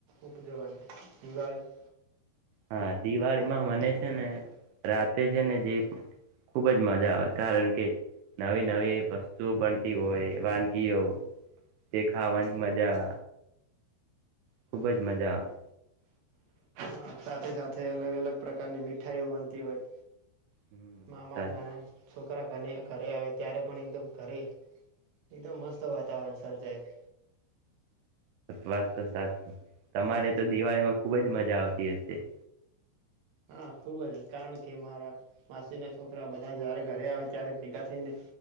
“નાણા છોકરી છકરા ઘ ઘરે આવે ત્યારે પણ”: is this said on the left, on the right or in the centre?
Right